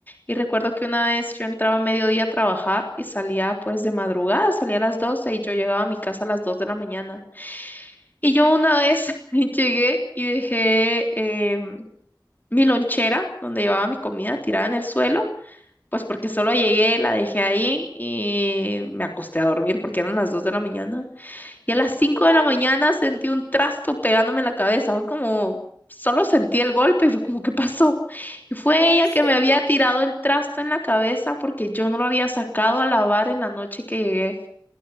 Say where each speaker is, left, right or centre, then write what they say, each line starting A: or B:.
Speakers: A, on the left; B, on the left.
A: Y recuerdo que una vez yo entraba a mediodía a trabajar y salía pues de madrugada, salía a las 12 y yo llegaba a mi casa a las 2 de la mañana. Y yo una vez <laughs> llegué y dejé em, mi lonchera donde llevaba mi comida tirada en el suelo. Pues porque solo llegué, la dejé ahí y me acosté a dormir porque eran las 2 de la mañana. Y a las cinco
B: Claro,
A: de la mañana sentí un trasto pegándome en la cabeza. Fue como, solo sentí el golpe y fue como, ¿qué pasó? Y fue
B: en
A: ella
B: serio.
A: que me había tirado el trasto en la cabeza porque yo no lo había sacado a lavar en la noche que llegué.